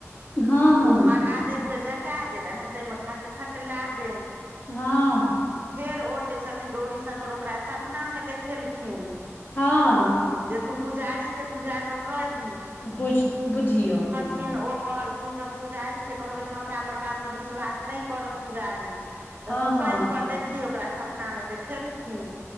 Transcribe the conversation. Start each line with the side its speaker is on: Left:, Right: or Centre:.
Left: हँ
Right: तऽ
Left: हँ
Right: ओ महादेवके जटा जे रहनि ताहिमे खटखट लागैय।
Left: हाॅं।
Right: फेर ओ जे छथिन गौरी शंकर ओकरा सपना मे देखेलखिन।
Left: हाॅं।
Right: जे तू पुजारी के तू जाकऽ कही।
Left: बुझ बुझियौ।
Right: थिन ओ पहल कहखिन जे हम पुजारीे कहबै तऽ हमरा पर बात पर विश्वास नय करत पुजारी। तऽ
Left: हँ
Right: तू
Left: हँ
Right: कहि कऽ देखही ओकरा सपना मे देखेलखिन